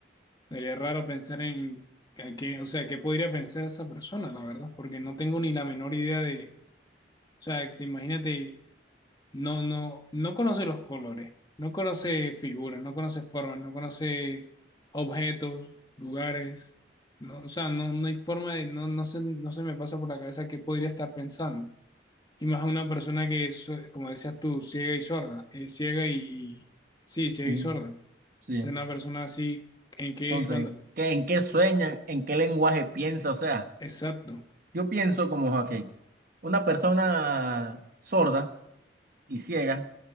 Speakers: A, on the left; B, on the right.
A: Sería raro pensar en que, que- o sea, qué podría pensar esa persona, la verdad, porque no tengo ni la menor idea de, o sea, te imagínate, no, no, no conoce los colores, no conoce figuras, no conoce formas, no conoce objetos, lugares. No, o sea, no, no hay forma de, no, no se, no se me pasa por la cabeza qué podría estar pensando. Y más a una persona que es, como decías tú, ciega y sorda, eh, ciega y, sí, ciega
B: Sí,
A: y sorda. O
B: sí.
A: sea, una persona así, ¿en qué?
B: Entonces,
A: Cuando,
B: ¿qué, en qué sueña? ¿En qué lenguaje piensa? O sea,
A: exacto,
B: yo pienso como, ok, una persona sorda y ciega,